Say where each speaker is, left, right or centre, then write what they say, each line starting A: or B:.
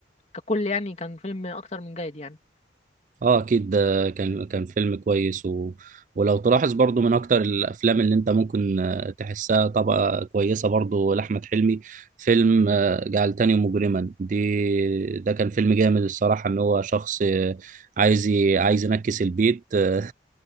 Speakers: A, on the left; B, on the right.
A: ككل يعني كان فيلم اكتر من جيد يعني
B: اه اكيد ده كان كان فيلم كويس و... ولو تلاحظ برضو من اكتر الافلام اللي انت ممكن آه، تحسها طبقة كويسة برضو لاحمد حلمي فيلم آه، جعلتني مجرما دي ده كان فيلم جامد الصراحة ان هو شخص آه، عايز ي... عايز ينكس البيت آه،